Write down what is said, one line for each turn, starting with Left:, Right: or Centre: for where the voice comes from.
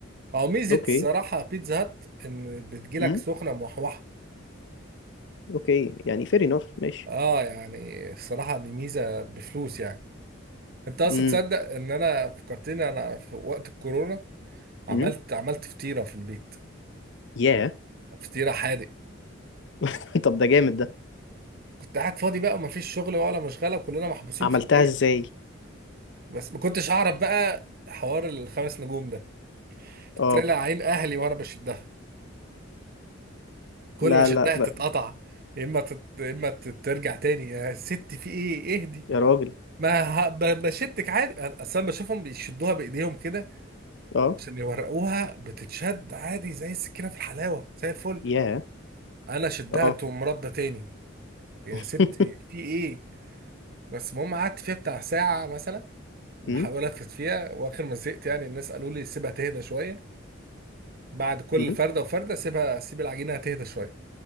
Right: هو ميزة
Left: اوكي
Right: الصراحة بيتزا هات إن بتجيلك
Left: امم
Right: سخنة موحوحة
Left: اوكي يعني fair enough ماشي
Right: اه يعني الصراحة دي ميزة بفلوس يعني انت اصلا
Left: امم
Right: تصدق ان انا فكرتني انا في وقت الكورونا عملت
Left: امم
Right: عملت فطيرة في البيت
Left: ياه
Right: فطيرة حادق
Left: <laughs> طب ده جامد ده
Right: كنت قاعد فاضي بقى ومفيش شغل ولا مشغلة وكلنا محبوسين
Left: عملتها
Right: في البيت
Left: ازاي
Right: بس ما كنتش اعرف بقى حوار الخمس نجوم ده
Left: اه
Right: طلع عين اهلي وانا بشدها كل
Left: لا
Right: ما شدها
Left: لا لا
Right: تتقطع يا اما تت... يا اما تت- ترجع تاني يا ست في ايه اهدي
Left: يا راجل
Right: ما ه- ب- بشدك عادي أنا- اصل انا بشوفهم بيشدوها بايديهم كده
Left: اه
Right: عشان يورقوها بتتشد عادي زي السكينه في الحلاوه زي الفل
Left: ياه
Right: انا شدها
Left: اه
Right: تقوم رده تاني يا
Left: <laughs>
Right: ستي في ايه بس المهم قعدت فيها بتاع ساعه مثلا بحاول
Left: امم
Right: الفت فيها واخر ما زهقت يعني الناس قالوا لي سيبها تهدى شويه بعد كل
Left: امم
Right: فرده وفرده سيبها سيب العجينه تهدى شويه